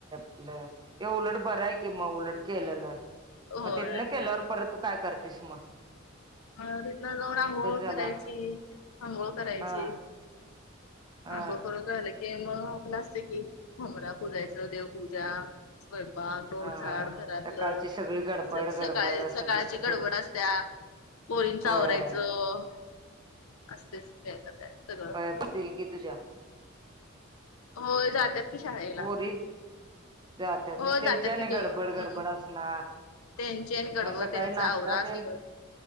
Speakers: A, on the right; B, on the left.
A: <inaudible> ते उलट बरंय म उलट केलेलंय,
B: होय
A: मग तिथनं केल्यावर परत काय करतीस म?
B: म तिथनं जाऊन आंघोळ
A: झाला
B: करायची आंघोळ करायची
A: हा हा
B: आंघोळ करू मग झालं की मग आपलं असते की उबंरा पुजायचा, देवपूजा स्वयंपाक झोड
A: हा
B: झाड
A: हा हा
B: घरातलं,
A: सकाळची सगळी गडबड गडबड
B: सकाळ
A: असं
B: सकाळची
A: असं
B: गडबड असत्या पोरींच
A: होय
B: आवरायचं असतेच की काय तर काय सगळच
A: होय असतील कि तुझ्या?
B: होय जात्यात की शाळेला
A: पोरी जात्यात
B: हो
A: मग त्यांच्यी
B: जातात
A: आणि
B: की दो
A: गडबड गडबड असणार
B: त्यांची आणि गडबड
A: म सक काळी
B: त्यांचा
A: नाष्टा
B: आवरा
A: तेन
B: सगळं